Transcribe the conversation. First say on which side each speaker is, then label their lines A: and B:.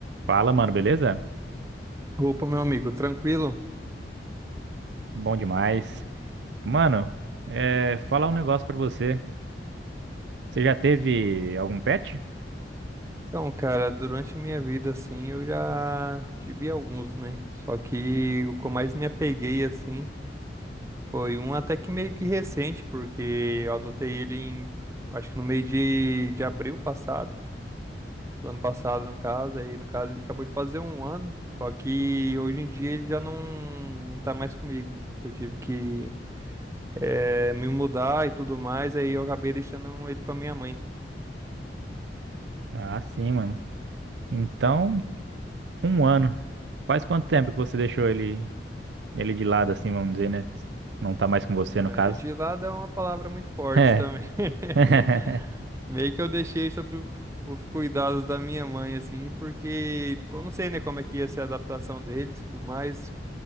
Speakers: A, on the right; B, on the right.
A: Fala, mano, beleza?
B: Opa, meu amigo, tranquilo?
A: Bom demais. Mano, é, falar um negócio pra você. Você já teve algum pet?
B: Então, cara, durante a minha vida, assim, eu já tive alguns, né? Só que o que eu mais me apeguei, assim, foi um até que meio que recente, porque eu adotei ele em, acho que no meio de, de abril passado, do ano passado, no caso. Aí, no caso, ele acabou de fazer um ano, só que hoje em dia ele já não, não tá mais comigo. Eu tive que, eh, me mudar e tudo mais, aí eu acabei deixando ele com a minha mãe.
A: Ah, sim, mano. Então, um ano. Faz quanto tempo que você deixou ele, ele de lado, assim, vamos dizer, né? Não tá mais com você,
B: É,
A: no caso.
B: de lado é uma palavra muito forte
A: É.
B: também.
A: <laughs>
B: <laughs> Meio que eu deixei sobre o- os cuidados da minha mãe, assim, porque, tipo, eu não sei, né, como é que ia ser a adaptação deles e tudo mais.